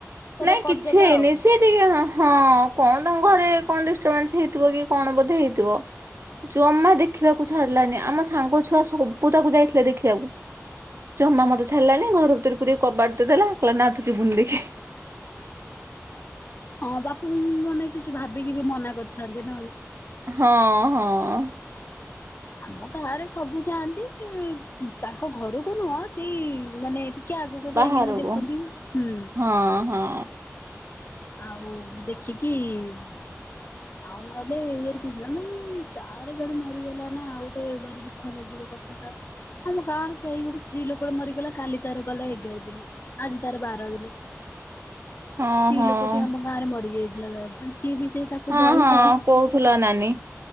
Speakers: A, on the left; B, on the right.
A: ତାର
B: ନାଇଁ
A: କରିଦେଲା
B: କିଛି ହେଇନି
A: ଆଉ।
B: ସେ ମିତି ହଁ କଣ ତାଙ୍କ ଘରେ କଣ ଡିଷ୍ଟର୍ବାନ୍ସ ହେଇଥିବ କି କଣ ବୋଧେ ହେଇଥିବ ଜମା ଦେଖିବାକୁ ଛାରିଲାନି ଆମ ସାଙ୍ଗ ଛୁଆ ସବୁ ତାକୁ ଯାଇଥିଲେ ଦେଖିବାକୁ ଜମା ମତେ ଚ୍ଛାଡିଲାନି ଘର ଭିତରେ ପୁରେଇକି କବାଟ ଦେଇଦେଲା ନା ତୁ ଯିବୁନି ଦେଖି
A: ହଁ ବା ପୁ ମାନେ କିଛି ଭାବିକି ବି ମନା କରିଥାନ୍ତି ନା ଆଉ
B: ହଁ ହଁ।
A: ଆମ ଗାଁରେ ସବୁ ଯାଆନ୍ତି ତାଙ୍କ ଘରକୁ ନୁହଁ ସେଇ ମାନେ ଟି କେ ଆଗକୁ
B: ବାହାରକୁ
A: ଯାଇକିନା ଦେଖନ୍ତି ହୁଁ।
B: ହଁ ହଁ
A: ଆଉ ଦେଖିକି ଆସିବି ଆଉ ନହେଲେ <unintelligible> ଜଣେ ମରିଗଲା ନା ଆଉ ଗୋଟେ ଘାରେ ଦୁଃଖ ଲାଗିବ କଥାଟା। ଆମ ଗାଁର କେହି ଗୋଟେ ସ୍ତ୍ରୀ ଲୋକଟେ ମରିଗଲା କାଲି ତାର ଗଲା ଏଗାର ଦିନ ଆଜି ତାର ବାର ଦିନ।
B: ହଁ
A: ସ୍ତ୍ରୀ
B: ହଁ।
A: ଲୋକଟି ଆମ ଗାଁ ରେ ମରିଯାଇଥିଲା <unintelligible> ସିଏ ବି ସେଇ ତାକୁ
B: ହଁ
A: ବୟସ।
B: ହଁ କହୁଥିଲା ନାନୀ